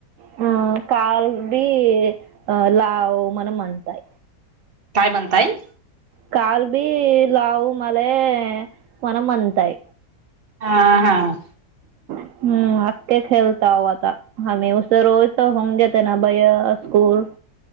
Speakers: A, on the right; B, on the right.
A: ह कालडी अ लाव म्हणम म्हणताय.
B: काय म्हणताय.
A: काल बी लाव मले मण म्हणताय.
B: हा हा.
A: हम् आके खेलता हो आता हम उ रोजत होऊंग जेत ना भैया स्कूल